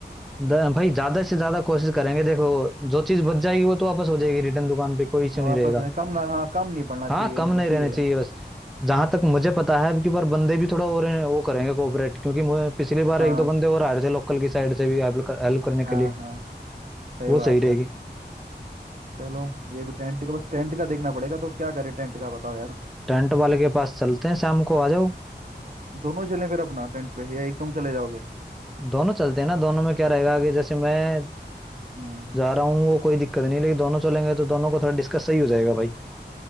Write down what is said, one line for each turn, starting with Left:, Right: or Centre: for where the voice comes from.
Centre: द- भाई ज्यादा से ज्यादा कोशिश करेंगे देखो जो चीज बच जाएगी वो तो वापस हो जाएगी रिटर्न दुकान पे कोई इश्यू
Right: और
Centre: नहीं
Right: वापस
Centre: रहेगा
Right: वही कम ना हाँ कम नहीं पड़ना
Centre: हाँ
Right: चाहिए
Centre: कम नहीं
Right: बस
Centre: रहने
Right: ये
Centre: चाहिए
Right: है
Centre: बस जहां तक मुझे पता है अब की बार बंदे भी थोड़ा और वो करेंगे कोऑपरेट क्योंकि मुझे पिछली बार
Right: हाँ
Centre: एक दो बंदे और आ रहे थे लोकल की साइड से भी हेल्प कर, हेल्प करने के
Right: हाँ
Centre: लिए
Right: हाँ सही
Centre: वो
Right: बात
Centre: सही रहेगी
Right: है चलो ये भी टेंट का बस टेंट का देखना पड़ेगा तो क्या करें टेंट का बताओ यार
Centre: टेंट वाले के पास चलते हैं शाम को आ जाओ
Right: दोनों चलें फिर अपना टेंट पे या एक तुम चले जाओगे
Centre: दोनों चलते हैं ना दोनों में क्या रहेगा कि जैसे मैं
Right: हम्म
Centre: जा रहा हूँ वो कोई दिक्कत नहीं लेकिन दोनों चलेंगे तो दोनों को थोड़ा डिस्कस सही हो जाएगा भाई